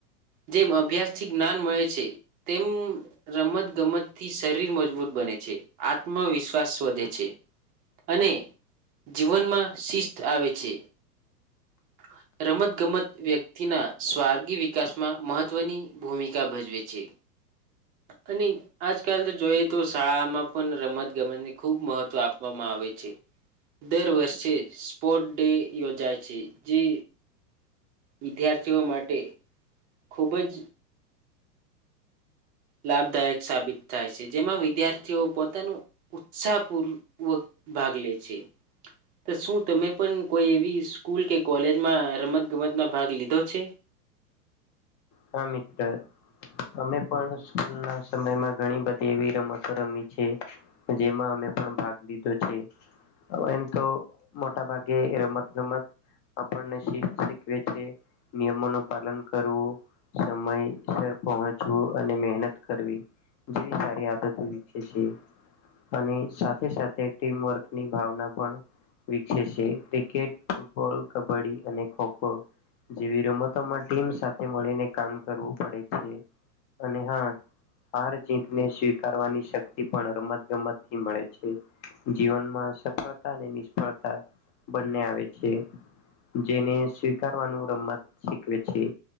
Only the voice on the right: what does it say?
જેમ અભ્યાસથી જ્ઞાન મળે છે. તેમ રમત ગમતથી શરીર મજબૂત બને છે, આત્મવિશ્વાસ વધે છે. અને જીવનમાં શિસ્ત આવે છે. <inaudible> રમત ગમત વ્યક્તિના સ્વાર્ગી વિકાસમાં મહત્વની ભૂમિકા ભજવે છે. અને આજકાલ તો જોઈ તો શાળામાં પણ રમત ગમતને ખુબ મહત્વ આપવામાં આવે છે. દર વર્ષે સ્પોર્ટ ડે યોજાય છે જે વિદ્યાર્થીઓ માટે ખૂબ જ લાભદાયક સાબિત થાય છે. જેમાં વિદ્યાર્થીઓ પોતાનું ઉત્સાહપૂર્વક ભાગ લે છે. તો શું તમે પણ કોઈ એવી સ્કૂલ કે કોલેજમાં રમત ગમતમાં ભાગ લીધો છે? <inaudible>